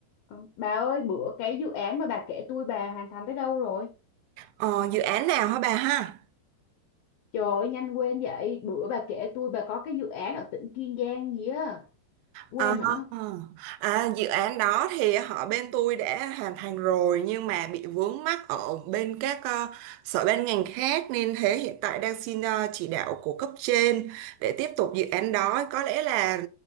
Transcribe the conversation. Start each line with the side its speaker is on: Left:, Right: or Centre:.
Left: Ờ, Bà ơi, bữa cái dự án mà bà kể tôi bà hoàn thành tới đâu rồi?
Right: Ờ, dự án nào hả bà ha?
Left: Trời ơi, nhanh quên vậy. Bữa bà kể tôi bà có cái dự án ở tỉnh Kiên Giang gì á. Quên
Right: Ờ,
Left: hả?
Right: à, dự án đó thì họ bên tôi đã hoàn thành rồi nhưng mà bị vướng mắc ở bên các ờ, sở ban ngành khác nên thế hiện tại đang xin ờ, chỉ đạo của cấp trên để tiếp tục dự án đó có lẽ là